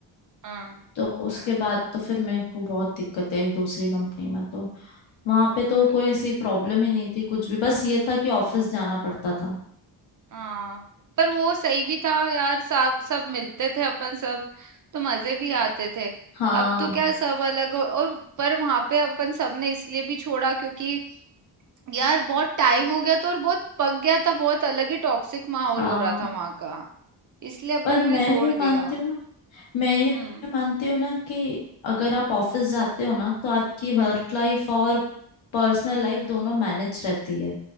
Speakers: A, on the right; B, on the left.
A: हाँ
B: तो उसके बाद तो फिर मेरे को बहुत दिक्कतें आई दूसरी कंपनी में तो वहाँ पे तो
A: और
B: कोई ऐसी प्रॉब्लम ही नहीं थी कुछ भी बस ये था कि ऑफिस जाना पड़ता था
A: हाँ पर वो सही भी था यार सब सब मिलते थे अपन सब तो मजे भी आते थे
B: हाँ
A: अब तो क्या सब अलग हो और पर वहां पे अपन सबने इसलिए भी छोड़ा क्योंकि यार बहुत टाइम हो गया तो और बहुत पक गया था बहुत अलग ही टॉक्सिक माहौल
B: हाँ
A: हो रहा था वहां का इसलिए अपन
B: पर मैं
A: ने छोड़
B: ये मानती
A: दिया
B: हूँ ना मैं ये
A: हम्म
B: मानती हूँ ना कि अगर आप ऑफिस जाते हो ना तो आपकी वर्क
A: हाँ
B: लाइफ और पर्सनल लाइफ दोनों मैनेज रहती है